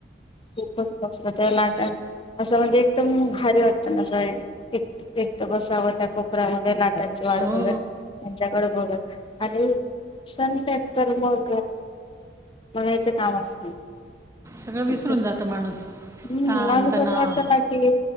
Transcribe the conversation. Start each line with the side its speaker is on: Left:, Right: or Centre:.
Left: खूपच मस्त तर लाटा असं म्हणजे एकदम भारी वात त्यां एकट बसा होता कपडा व गला त्यांची वाट
Right: हो
Left: बघत त्यांच्याकडे बघत आणि सनसेट तर मग बघायचं काम असण
Right: सगळं विसरून
Left: हम्म
Right: जातं माणूस ताण
Left: मा स्वत
Right: तणाव
Left: वातानाकी